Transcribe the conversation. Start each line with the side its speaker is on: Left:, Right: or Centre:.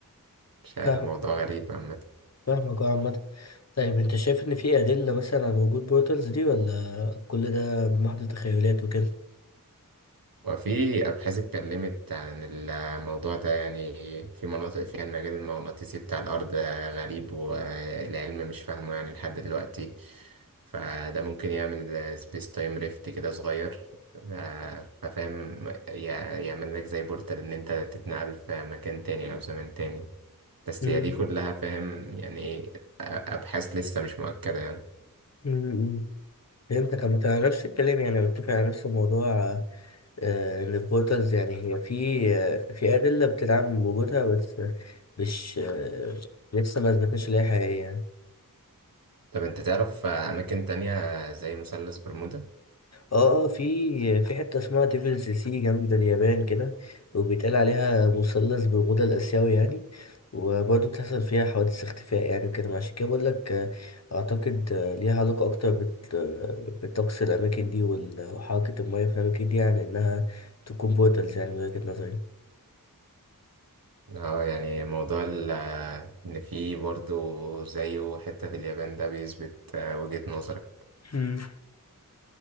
Right: مش عارف
Left: فاهم
Right: موضوع غريب عامة
Left: فاهمك اه عامة طيب انت شايف ان في ادلة مثلا على وجود بورتالز دي ولا كل ده محض تخيلات وكده
Right: وفي أبحاث اتكلمت عن الموضوع ده يعني في مناطق فيها المجال المغناطيسي بتاع الأرض غريب والعلم مش فاهمه يعني لحد دلوقتي فده ممكن يعمل سبيس تايم ريفت كده صغير ف- ففاهم يع- يعمل لك زي بورتال إن أنت تتنقل في مكان تاني أو زمن تاني بس
Left: مم.
Right: هي دي كلها فاهم يعني إيه، أبحاث لسه مش مؤكدة يعني
Left: مم. مم. فهمتك عامة انا نفس الكلام يعني متفق على نفس الموضوع آه، ان البورتالز يعني هي في آه، في ادلة بتدعم وجودها بس مش آه، لسه ما اثبتناش ان هي حقيقية يعني.
Right: طب أنت تعرف أماكن تانية زي مثلث برمودا؟
Left: اه آه، في في حتة اسمها ديفلز سي جنب اليابان كده وبيتقال عليها مثلث برمودا الآسيوي يعني وبرضه بتحصل فيها حوادث اختفاء يعني وكده عشان كده بقول لك آه، أعتقد آه، ليها علاقة أكتر بت- آه، بالطقس الأماكن دي وال- وحركة المياه في الأماكن دي عن إنها تكون بورتالز يعني من وجهة نظري
Right: اه يعني موضوع ال- آه، ان في برضه زيه حتة في اليابان ده بيثبت آه، وجهة نظرك
Left: مم.